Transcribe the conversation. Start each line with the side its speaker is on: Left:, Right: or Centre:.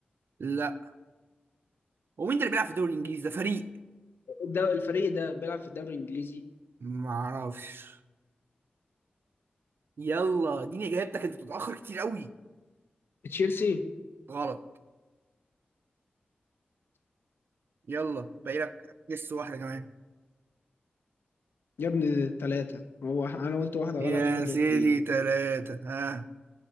Right: لا هو مين ده اللي بيلعب في الدوري الإنجليزي ده فريق
Left: ده الفريق ده بيلعب في الدوري الإنجليزي
Right: معرفش يلا اديني إجابتك أنت بتتأخر كتير قوي
Left: تشيلسي
Right: غلط يلا باقي لك جس واحدة كمان
Left: يا ابني التلاتة هو أنا قلت واحدة
Right: يا
Left: غلط وفاضل
Right: سيدي
Left: اتنين
Right: تلاتة ها